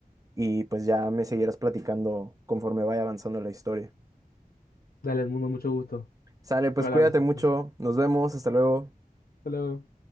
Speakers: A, on the right; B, on the left.
A: y pues ya me seguirás platicando conforme vaya avanzando la historia.
B: Dale, al mundo, mucho gusto.
A: Sale,
B: Fue,
A: pues
B: hablamos
A: cuídate
B: entonces.
A: mucho, nos vemos, hasta luego.
B: Hasta luego.